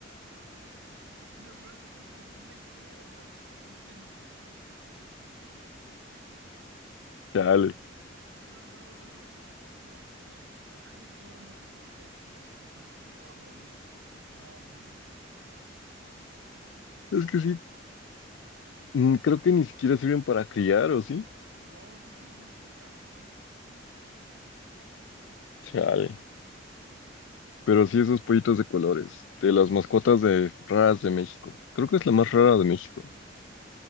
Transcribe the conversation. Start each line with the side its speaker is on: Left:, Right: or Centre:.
Right: <laughs> Y lo peor es que creo que los pintan con aerógrafo, entonces.
Left: Chale.
Right: Yo me acuerdo verlos en el centro y decirle a mi papá, ah, yo quiero uno, pero me dijo de que no, pues hermano se te va a morir, hijo. Y yo de, ah, bueno.
Left: Es que sí, mm, creo que ni siquiera sirven para criar, ¿o sí?
Right: No, creo que es nomás capricho humano.
Left: Chale. Pero
Right: Oye,
Left: sí, esos pollitos de colores, de las mascotas de raras de México. Creo que
Right: ajá.
Left: es la más rara de México.